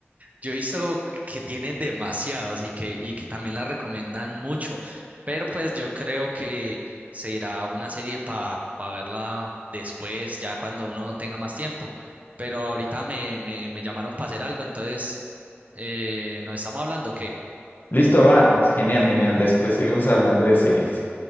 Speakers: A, on the right; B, on the left.
A: Yo he visto que tiene demasiados y que, y que también la recomiendan mucho, pero pues yo creo que será una serie para verla después, ya cuando uno tenga más tiempo. Pero ahorita me, me, me llamaron para hacer algo, entonces eh, nos estamos hablando, ¿qué?
B: Listo, va. Genial, genial. Después seguimos hablando de series.